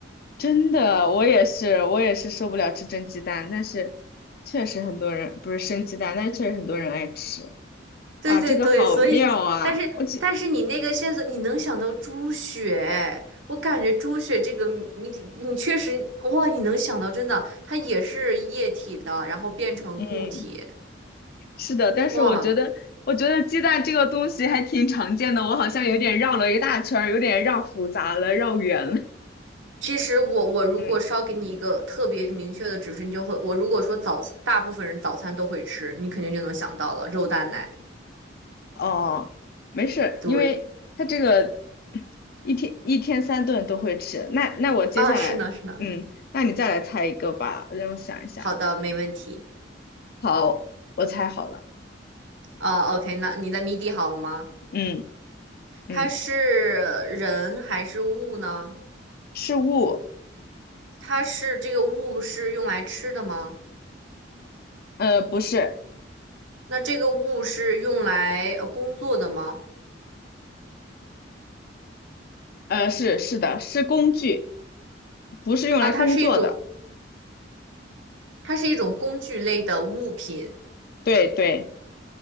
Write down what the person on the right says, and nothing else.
对对对，
所以你，但是但是你那个线索，
你能想到猪血，我感觉猪血这个你你确实哇，你能想到真的，它也是液体的，然后变成固体，
哇。
其实我我如果稍给你一个特别明确的指示，
你就会，我如果说早，大部分人早餐都会吃，你肯定就能想到了肉蛋奶。
对，
啊，是呢是呢，
好的，没问题。
啊，OK，那你的谜底好了吗？
它是人还是物呢？
它是这个物是用来吃的吗？
那这个物是用来呃工作的吗？
啊，它是一种，它是一种工具类的物品。